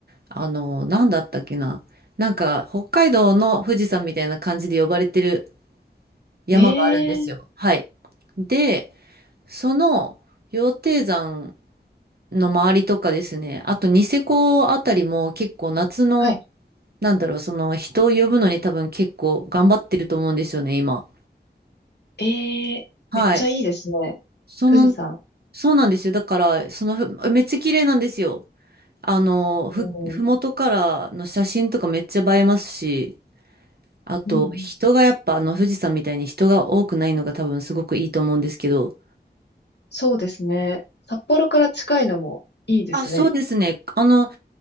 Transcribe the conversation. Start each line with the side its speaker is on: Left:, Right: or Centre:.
Right: あの、なんだったっけな、なんか北海道の富士山みたいな感じで呼ばれてる山があるんですよ。
Left: ええー
Right: はい。で、その羊蹄山の周りとかですね、あとニセコあたりも結構夏の、
Left: はい。
Right: なんだろう、その人を呼ぶのに多分結構頑張ってると思うんですよね、今。
Left: ええーめっちゃいいですね。
Right: はい。その、
Left: 富士山。
Right: そうなんですよ。だから、そのふ、めっちゃ綺麗なんですよ。あの、ふ、
Left: おう。
Right: ふもとからの写真とかめっちゃ映えますし、あと、
Left: うんうん。
Right: 人がやっぱ、あの、富士山みたいに人が多くないのが多分すごくいいと思うんですけど、
Left: そうですね。札幌から近いのもいいですね。
Right: あ、そうですね。あの、